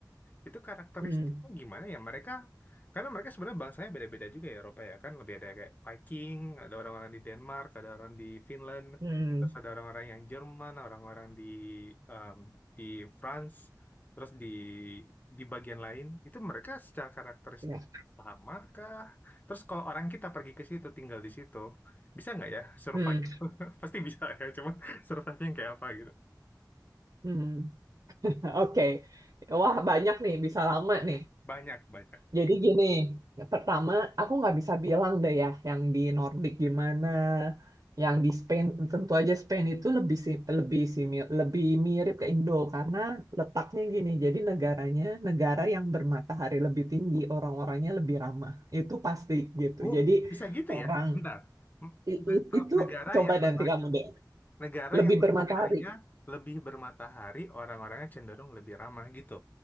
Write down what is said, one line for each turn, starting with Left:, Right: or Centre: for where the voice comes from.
Left: itu karakteristiknya
Right: Hmm.
Left: gimana ya mereka karena mereka sebenarnya bangsanya beda-beda juga ya Eropa ya kan lebih ada kayak Viking ada orang-orang di Denmark ada orang di Finland
Right: Hmm.
Left: terus ada orang-orang yang Jerman orang-orang di em, di France terus di di bagian lain itu mereka secara karakteristik
Right: Ya.
Left: sama kah terus kalau orang kita pergi ke situ tinggal di situ bisa nggak ya survive
Right: Hmm.
Left: <laughs> pasti bisa ya cuman <laughs> survive yang kayak apa gitu
Right: Hmm. <laughs> Oke. Wah, banyak nih, bisa lama nih.
Left: banyak banyak
Right: Jadi gini, ya pertama aku nggak bisa bilang deh ya yang di Nordic gimana, yang di Spain tentu aja Spain itu lebih si- lebih simi- lebih mirip ke Indo karena letaknya gini. Jadi negaranya negara yang bermatahari lebih tinggi, orang-orangnya lebih ramah. Itu pasti gitu.
Left: Oh,
Right: Jadi
Left: bisa gitu
Right: orang
Left: ya? Bentar. M-
Right: i-
Left: ne-
Right: i- itu
Left: Negara
Right: coba
Left: yang mata-
Right: nanti kamu deh,
Left: negara
Right: lebih
Left: yang mataharinya
Right: bermatahari,
Left: lebih bermatahari, orang-orangnya cenderung lebih ramah gitu.